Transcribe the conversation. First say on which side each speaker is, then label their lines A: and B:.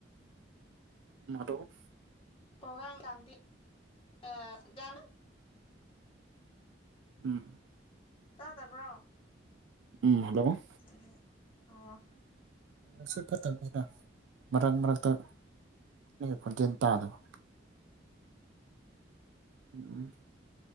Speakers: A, on the right; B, on the left.
A: ꯃꯗꯣꯞ
B: ꯄꯒ ꯆꯥꯟꯗꯤ ꯏꯅ <unintelligible>
A: ꯎꯝ
B: ꯇꯥꯗꯕ꯭ꯔꯣ
A: ꯎꯝ ꯍꯜꯂꯣ
B: ꯆꯍꯤ ꯑꯣ
A: ꯅꯪꯁꯨ ꯐꯠꯇꯕꯅꯤꯅ ꯃꯔꯛ ꯃꯔꯛꯇ ꯅꯪꯒꯤ ꯈꯣꯟꯖꯦꯜ ꯇꯥꯗꯕ ꯎꯝ